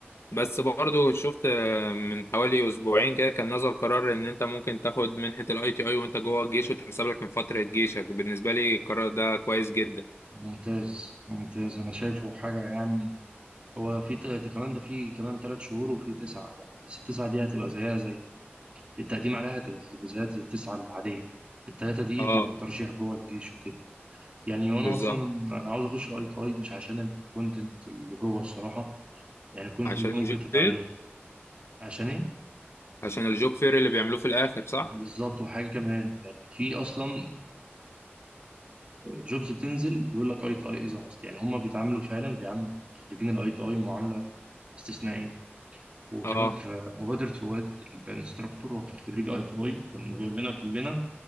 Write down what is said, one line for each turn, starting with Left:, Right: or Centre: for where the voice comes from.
Left: بس برضو شفت آه، من حوالي اسبوعين كده كان نزل قرار ان انت ممكن تاخد منحة الاي تي اي وانت جوه الجيش وتحسب لك من فترة جيشك بالنسبة لي القرار ده كويس جدا
Right: ممتاز ممتاز انا شايفه حاجه يعني هو في ت- كمان ده في كمان ثلاث شهور وفي تسعه يعني بس التسعه دي هتبقى زيها زي التقديم عليها هتبقى هيبقى زي التسعة العادية التلاتة دي
Left: اه
Right: بيبقى ترشيح جوه الجيش وكده يعني وأنا
Left: بالظبط
Right: أصلا أنا عاوز أخش الأي تي أي مش عشان الكونتنت اللي جوه الصراحة يعني الكونتنت
Left: عشان
Right: ده
Left: الجوب
Right: ممكن تتعلمه
Left: فير
Right: عشان إيه؟
Left: عشان الجوب فير اللي بيعملوه في الاخر صح
Right: بالظبط وحاجة كمان يعني في أصلا جوبز بتنزل بيقول لك أي تي أي إذا ماست يعني هما بيتعاملوا فعلا بيعاملوا خريجين الأي تي أي معاملة استثنائية وكمان
Left: اه
Right: في مبادرة رواد الانستراكتور هو كان خريج اي تي اي كان بيقول لنا كلنا